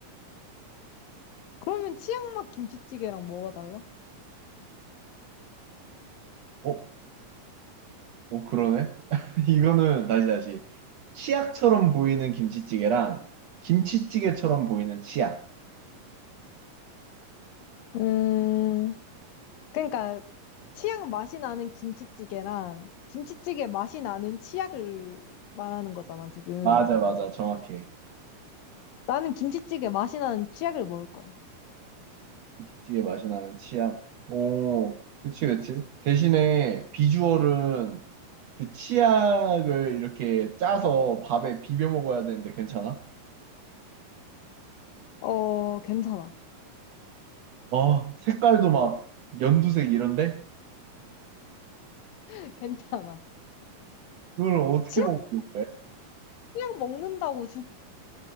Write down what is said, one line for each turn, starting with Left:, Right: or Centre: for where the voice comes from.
Left: 그러면 치약 맛 김치찌개랑 뭐가 달라?
Right: 어? 어, 그러네? <laughs> 이거는 다시 다시. 치약처럼 보이는 김치찌개랑 김치찌개처럼 보이는 치약.
Left: 음, 그러니까 치약 맛이 나는 김치찌개랑 김치찌개 맛이 나는 치약을 말하는 거잖아, 지금.
Right: 맞아, 맞아. 정확해.
Left: 나는 김치찌개 맛이 나는 치약을 먹을 거야.
Right: 김치찌개 맛이 나는 치약. 오, 그치, 그치. 대신에 비주얼은 그 치약을 이렇게 짜서 밥에 비벼 먹어야 되는데 괜찮아?
Left: 어, 괜찮아.
Right: 아, 색깔도 막 연두색 이런데?
Left: <laughs> 괜찮아.
Right: 그걸 어떻게
Left: 치약,
Right: 먹고 그래?
Left: 치약 먹는다고 죽지